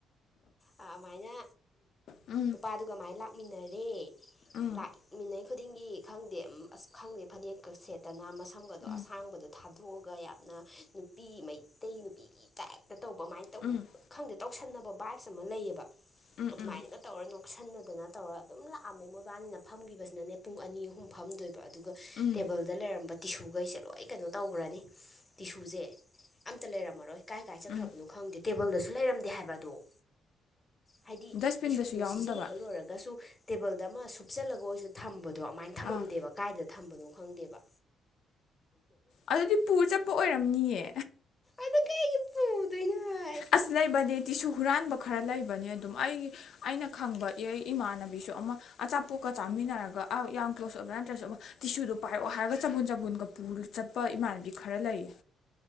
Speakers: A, on the left (about 20°); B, on the left (about 70°).
A: ꯑꯥ ꯑꯃꯥꯏꯅ
B: ꯎꯝ
A: ꯅꯨꯄꯥꯗꯨꯒ ꯃꯥꯏ ꯂꯥꯛꯃꯤꯟꯅꯔꯦ
B: ꯎꯝ
A: ꯂꯥꯛꯃꯤꯟꯅꯩ ꯈꯨꯗꯤꯡꯒꯤ ꯈꯪꯗꯦ ꯑꯁ ꯈꯪꯗꯦ ꯐꯅꯦꯛꯀꯥ ꯁꯦꯠꯇꯅ ꯃꯁꯝꯒꯗꯣ
B: ꯎꯝ
A: ꯑꯁꯥꯡꯕꯗꯣ ꯊꯥ ꯊꯣꯛꯑꯒ ꯌꯥꯝꯅ ꯅꯨꯄꯤ ꯃꯩꯇꯩ ꯅꯨꯄꯤ ꯇꯥꯏꯞꯇ ꯇꯧꯕ ꯑꯃꯥꯏꯅ ꯇꯧꯕ
B: ꯎꯝ
A: ꯈꯪꯗꯦ ꯇꯧꯁꯟꯅꯕ ꯕꯥꯏꯞ ꯑꯃ ꯂꯩꯌꯦꯕ
B: ꯎꯝ
A: ꯑꯗꯨꯃꯥꯏꯅꯒ
B: ꯎꯝ
A: ꯇꯧꯔꯅꯨ ꯁꯟꯅꯗꯅ ꯇꯧꯔꯒ ꯑꯗꯨꯝ ꯂꯥꯛꯑꯝꯃꯦ ꯃꯣꯏꯕꯥꯅꯤꯅ ꯐꯝꯒꯤꯕꯁꯤꯅꯅꯦ ꯄꯨꯡ ꯑꯅꯤ ꯑꯍꯨꯝ ꯐꯝꯗꯣꯏ ꯕ ꯑꯗꯨꯒ
B: ꯎꯝ
A: ꯇꯦꯕꯜꯗ ꯂꯩꯔꯝꯕ ꯇꯤꯁꯨꯒꯩꯁꯦ ꯂꯣꯏ ꯀꯩꯅꯣ ꯇꯧꯒ꯭ꯔꯅꯤ ꯇꯤꯁꯨꯖꯦ ꯑꯝꯇ ꯂꯩꯔꯝꯃꯔꯣꯏ ꯀꯥꯏ ꯀꯥꯏ ꯆꯠꯈ꯭ꯔꯕꯅꯣ
B: ꯎꯝ
A: ꯈꯪꯗꯦ ꯇꯦꯕꯜꯗꯁꯨ ꯂꯩꯔꯝꯗꯦ ꯍꯥꯏꯕ ꯑꯗꯣ ꯍꯥꯏꯗꯤ
B: ꯗꯁꯕꯤꯟꯗꯁꯨ
A: ꯇꯤꯁꯨꯗꯣ
B: ꯌꯥꯎꯔꯝꯗꯕ
A: ꯁꯤꯖꯤꯟꯅꯕ ꯂꯣꯏꯔꯒꯁꯨ ꯇꯦꯕꯜꯗ ꯑꯃ ꯁꯨꯞꯆꯜꯂꯒ ꯑꯣꯏꯁꯨ ꯊꯝꯕꯗꯣ ꯑꯃꯥꯏꯟ ꯊꯝꯃꯝꯗꯦꯕ
B: ꯑꯥ
A: ꯀꯥꯏꯗ ꯊꯝꯕꯅꯣ ꯈꯪꯗꯦꯕ
B: ꯑꯗꯨꯗꯤ ꯄꯨ ꯆꯠꯄ ꯑꯣꯏꯔꯝꯅꯤꯌꯦ
A: ꯑꯗꯨ ꯀꯩꯒꯤ ꯄꯨꯗꯣꯏꯅꯣ ꯍꯥꯏꯕ
B: ꯑꯁ ꯂꯩꯕꯅꯦ ꯇꯤꯁꯨ ꯍꯨꯔꯥꯟꯕ ꯈꯔ ꯂꯩꯕꯅꯦ ꯑꯗꯨꯝ ꯑꯩ ꯑꯩꯅ ꯈꯪꯕ ꯏ ꯏꯃꯥꯟꯅꯕꯤꯁꯨ ꯑꯃ ꯑꯆꯥꯄꯣꯠꯀ ꯆꯥꯃꯤꯟꯅꯔꯒ ꯑ ꯌꯥꯝ ꯀ꯭ꯂꯣꯁ ꯑꯣꯏꯕ ꯅꯠꯇ꯭ꯔꯁꯨ ꯑꯃ ꯇꯤꯁꯨꯗꯣ ꯄꯥꯏꯔꯛꯑꯣ ꯍꯥꯏꯔꯒ ꯆꯝꯕꯨꯨꯟ ꯆꯝꯕꯨꯨꯟꯒ ꯄꯨꯔ ꯆꯠꯄ ꯏꯃꯥꯟꯅꯕꯤ ꯈꯔ ꯂꯩꯌꯦ